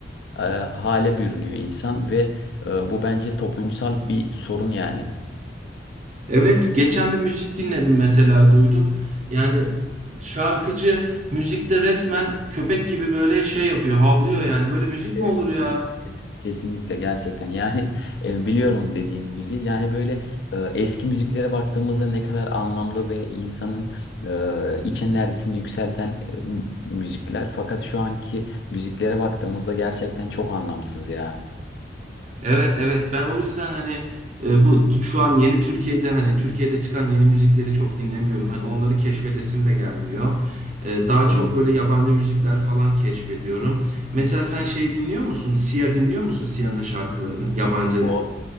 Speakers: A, on the left; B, on the right.
A: e, hale bürünüyor insan ve e, bu bence toplumsal bir sorun yani.
B: Evet, geçen bir müzik dinledim mesela duydum. Yani şarkıcı müzikte resmen köpek gibi böyle şey yapıyor, havlıyor yani. Böyle müzik
A: Evet.
B: mi olur ya?
A: Kesinlikle gerçekten yani <laughs> e, biliyorum dediğin müziği yani böyle e, eski müziklere baktığımızda ne kadar anlamlı ve insanın e, iç enerjisini yükselten e, mü- müzikler fakat şu anki müziklere baktığımızda gerçekten çok anlamsız ya.
B: Evet evet ben o yüzden hani e, bu t- şu an yeni Türkiye'de hani Türkiye'de çıkan yeni müzikleri çok dinlemiyorum. Hani onları keşfedesim de gelmiyor. E, daha çok
A: Benim
B: böyle yabancı müzikler falan keşfediyorum. Mesela sen şey dinliyor musun? Sia dinliyor musun? Sia'nın şarkılarını yabancı.
A: o